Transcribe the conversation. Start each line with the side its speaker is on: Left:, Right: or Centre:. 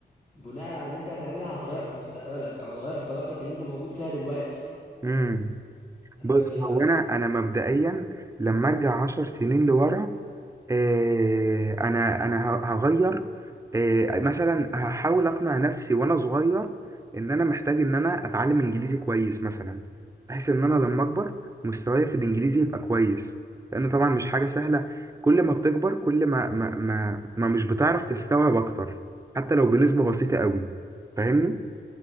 Left: بناء على اللي انت هتعملها هتغير في مستقبلك او هتغير في طبيعتك اللي انت موجود فيها دلوقتي
Right: امم
Left: هتعمل
Right: بص
Left: ايه
Right: هو
Left: بقى
Right: انا انا مبدئيا لما ارجع عشر سنين لورا آه، انا انا ه- هغير آه، مثلا هحاول اقنع نفسي وانا صغير ان انا محتاج ان انا اتعلم انجليزي كويس مثلا بحيث ان انا لما اكبر مستواي في الانجليزي يبقى كويس لان طبعا مش حاجة سهلة كل ما بتكبر كل ما ما ما, ما مش بتعرف تستوعب اكتر حتى لو بنسبة بسيطة قوي فاهمني